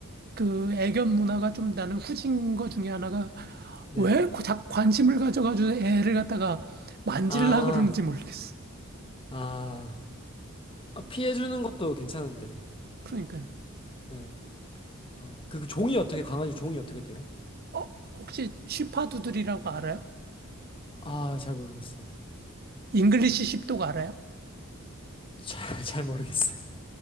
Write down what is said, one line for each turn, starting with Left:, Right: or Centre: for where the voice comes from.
Right: 그 애견 문화가 좀 나는 후진 거 중에 하나가
Left: 네.
Right: 왜 고- 자꾸 관심을 가져가지고 애를 갖다가 만질라
Left: 아,
Right: 그러는지 모르겠어.
Left: 아. 아, 피해주는 것도 괜찮은데.
Right: 그러니까
Left: 네. 어, 그 종이 어떻게, 강아지 종이 어떻게 돼요?
Right: 어 혹시 쉬파두들이라고 알아요?
Left: 아, 잘 모르겠어요. <laughs>
Right: 잉글리시 쉽도그 알아요?
Left: 잘, 잘 모르겠어요.